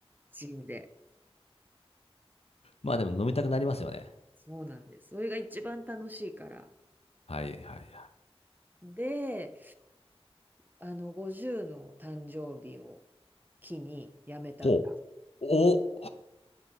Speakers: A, on the right; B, on the left.
A: ジンで。
B: まあでも飲みたくなりますよね。
A: そうなんです。それが一番楽しいから。
B: はいはいはい。
A: で、あの、50の誕生日を機にやめたんだ。
B: ほう。お、